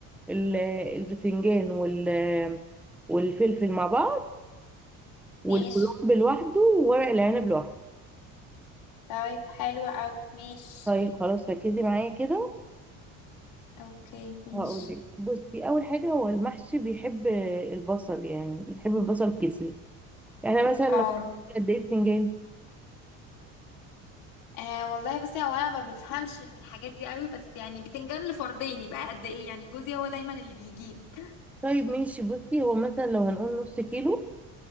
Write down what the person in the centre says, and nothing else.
ال- البتنجان وال والفلفل مع بعض والكرنب
لوحده وورق العنب لوحده
طيب خلاص ركزي معايا كده
وهقول لك بصي اول حاجه هو المحشي بيحب البصل يعني بيحب البصل كتير يعني مثلا
لو قد ايه بتنجان
طيب ماشي بصي هو مثلا لو هنقول نص كيلو